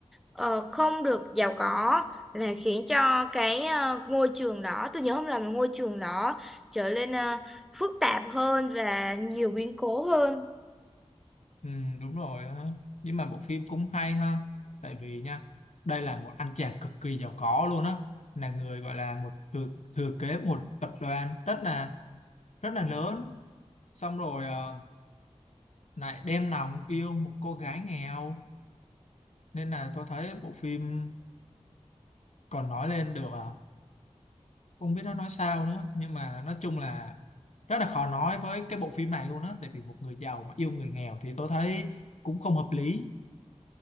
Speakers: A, in the centre; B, on the left (about 70°).
A: ờ, không được giàu có, là khiến cho cái ờ, ngôi trường đó, tôi nhớ không lầm là ngôi trường đó trở nên ờ, phức tạp hơn và nhiều biến cố hơn.
B: Ừ, đúng rồi á. Nhưng mà bộ phim cũng hay ha tại vì nha đây là một anh chàng cực kỳ giàu có luôn á là người gọi là một thừa, thừa kế một tập đoàn rất là rất là lớn xong rồi ờ, lại đem lòng yêu một cô gái nghèo nên là tôi thấy bộ phim còn nói lên được à không biết nó nói sao nữa nhưng mà nói chung là rất là khó nói với cái bộ phim này luôn á tại vì một người giàu mà yêu người nghèo thì tôi thấy cũng không hợp lý